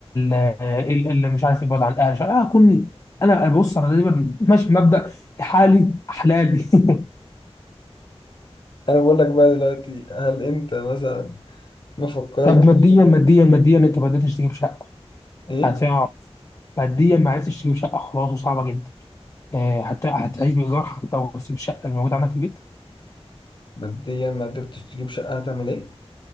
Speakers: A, on the left; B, on the left.
A: اللي مش عارف يبعد عن الاهل مش عارف- أنا اكون انا أنا بص انا دايما ماشي بمبدا حالي احلالي <laughs>
B: أنا بقول لك بقى دلوقتي هل أنت مثلا ما فكرتش
A: طب ماديا ماديا ماديا انت ما قدرتش تجيب شقه
B: إيه
A: هتقع ماديا ما عرفتش تجيب شقه خلاص وصعبه جدا آه، هت- هتعيش بايجار حتى وتسيب الشقه اللي موجوده عندك في البيت
B: مبدئيا ما قدرتش تجيب شقة هتعمل إيه؟